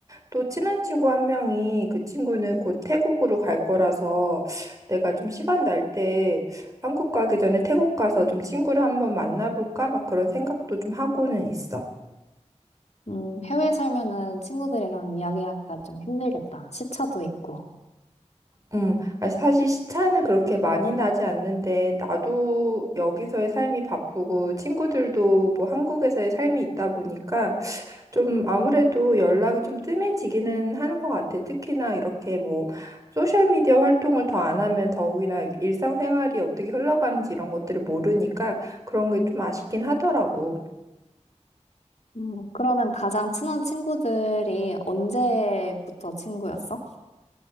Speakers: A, on the right; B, on the left.
A: 또 친한 친구 한 명이 그 친구는 곧 태국으로 갈 거라서 내가 좀 시간 날 때 한국 가기 전에 태국 가서 좀 친구를 한번 만나볼까? 막 그런 생각도 좀 하고는 있어.
B: 음, 해외 살면은 친구들이랑 이야기하기가 좀 힘들겠다. 시차도 있고.
A: 음, 아, 사실 시차는 그렇게 많이 나지 않는데, 나도 여기서의 삶이 바쁘고, 친구들도 뭐 한국에서의 삶이 있다 보니까, 좀 아무래도 연락이 좀 뜸해지기는 하는 것 같아. 특히나 이렇게 뭐, 소셜미디어 활동을 더 안 하면 더욱이나 일상생활이 어떻게 흘러가는지 이런 것들을 모르니까 그런 게 좀 아쉽긴 하더라고.
B: 음, 그러면 가장 친한 친구들이 언제부터 친구였어?